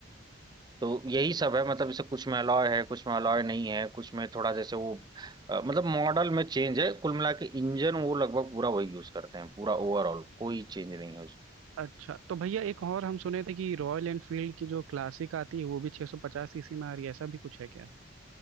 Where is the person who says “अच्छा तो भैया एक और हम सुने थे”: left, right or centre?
Right